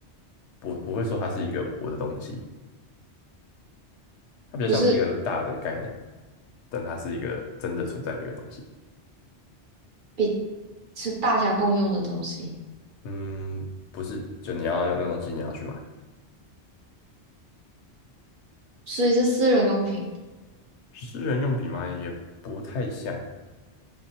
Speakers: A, on the left; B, on the right.
A: 不不会说它是一个我的东西。它比较像是一个大的概念，
B: 不是
A: 但它是一个真的存在的一个东西。
B: 比，是大家共用的东西，
A: 嗯，不是，就你要用那东西，你要去买。
B: 所以是私人用品。
A: 私人用品嘛，也不太像